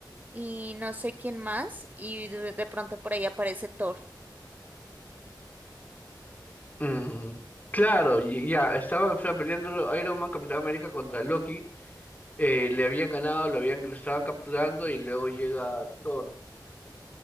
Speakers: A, on the right; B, on the left.
A: y no sé quién más, y de, de pronto por ahí aparece Thor.
B: Mm, claro, y- ya, estaba, estaba peleando Iron Man, Capitán América contra Loki, eh, le habían ganado, lo habían, lo estaban capturando y luego llega Thor.